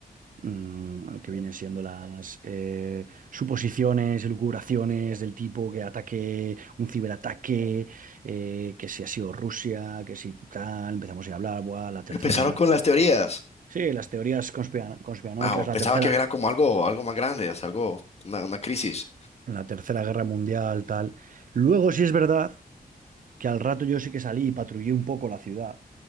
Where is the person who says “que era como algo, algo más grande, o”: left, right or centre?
Left